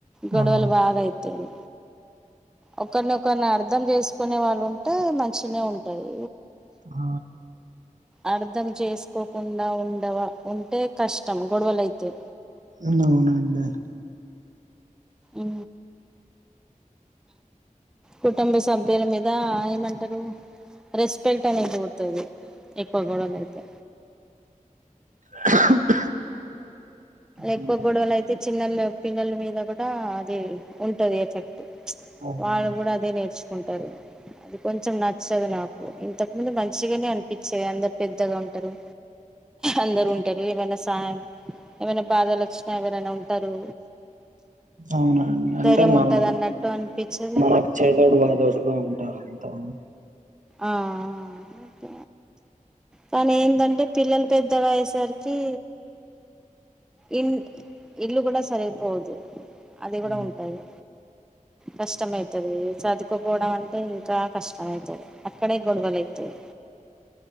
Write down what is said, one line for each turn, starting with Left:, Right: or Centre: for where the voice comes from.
Centre: గొడవలు
Right: అవును
Centre: బాగా అయితేయి ఒకరనొకర్ణి అర్ధ అర్ధం చేసుకునే వాళ్ళు ఉంటే మంచినే ఉంటాయి
Right: ఆ
Centre: అర్ధం చేసుకోకుండా ఉండవ ఉంటే కష్టం గొడవలైతే
Right: అవునండి
Centre: ఉ కుటుంబ సభ్యుల మీద ఏమంటారు రెస్పెక్ట్ అనేద్ పోతది ఎక్కువ గొడవలు అయితే
Right: <inaudible> అవునా
Centre: ఎక్కువ గొడవలు అయితే చిన్న పిల్లల మీద కూడా అది ఉంటది ఎఫెక్ట్
Right: అవునా
Centre: వాళ్ళు కూడా అదే నేర్చుకుంటారు అది కొంచెం నచ్చు నాకు ఇంతకు ముందు మంచ్ గానే అనిపించేది అందరు పెద్దగా ఉంటారు అందరు ఉంటారు ఏమైనా సహాయం ఏమైనా బాధలు వచ్చినా ఎవరైనా ఉంటారు
Right: అవునండి అంటే
Centre: ధైర్యం
Right: మనం
Centre: ఉంటది అన్నట్టు అనిపించేది
Right: మనకు చేదోడు వాదోడుగా ఉంటారు తని
Centre: ఆ ఆ క కానీ ఏందంటే పిల్లలు పెద్దగాయేసరికి ఇల్ ఇల్లు కూడా సరిపోదు అది
Right: ఆ,
Centre: కూడా ఉంటంది కష్టమైతది చదువుకోపోవడం అంటే ఇంకా కష్టమైతది అక్కడే గొడవలు ఐతాయి